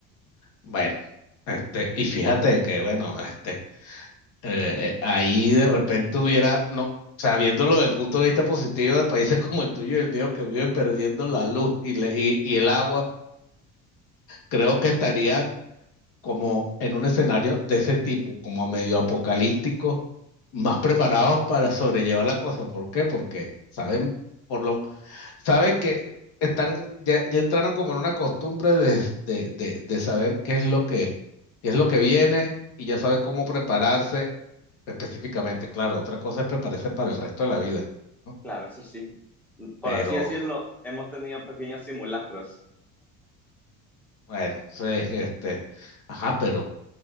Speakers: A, on the left; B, in the centre.
A: bueno, este, y fíjate que, bueno, este, eh, ahí de repente hubiera, no, o sea, viéndolo desde el punto de vista positivo de países <laughs> como el tuyo y el mío que viven perdiendo la luz y, le- y, y el agua, creo que estarían como en un escenario de ese tipo, como medio apocalíptico, más preparados para sobrellevar la cosa. ¿Por qué? Porque saben, por lo, saben que están, ya, ya entraron como en una costumbre de, de, de, de saber qué es lo que, qué es lo que viene y ya saben cómo prepararse específicamente. Claro, otra cosa es prepararse para el resto de la vida, ¿no?
B: Claro, eso sí. Por
A: Pero,
B: así decirlo, hemos tenido pequeños simulacros.
A: bueno, sí, este, ajá, pero,